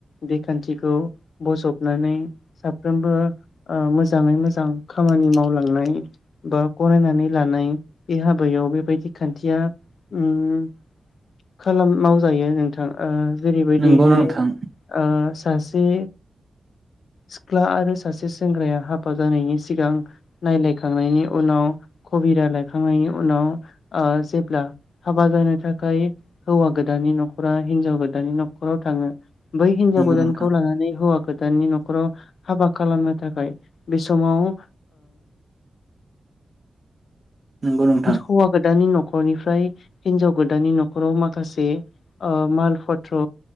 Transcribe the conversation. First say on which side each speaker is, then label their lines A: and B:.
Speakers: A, on the left; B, on the right.
A: बे खान्थिखो बजबनानै साफ्रोमबो ओ मोजाङै मोजां खामानि मावलांनाय। बा गनायनानै लानाय बे हाबायाव बेबायदि खान्थिया ओम खालाम मावजायो नोंथां ओ जेरैबायदिहाय
B: नंगौ नोंथां
A: ओ सासे सिख्ला आरो सासे सेंग्राया हाबा जानायनि सिगां नायलायखांनायनि उनाव कबिरा लायखांनायनि उनाव ओ जेब्ला हाबा जानो थाखाय हौवा गोदाननि न'खरा, हिनजाव गोदानि न'खराव थाङो। बै हिन्जाव
B: नंगौ
A: गोदानखौ
B: नोंथां
A: लानानै हौवा गोदाननि न'खर नखराव हाबा खालामनो थाखाय बे समाव
B: नंगौ नोंथां।
A: हौवा गोदानानि न'खरनिफ्राय हिनजाव गोदानानि न'खराव माखासे माल पत्र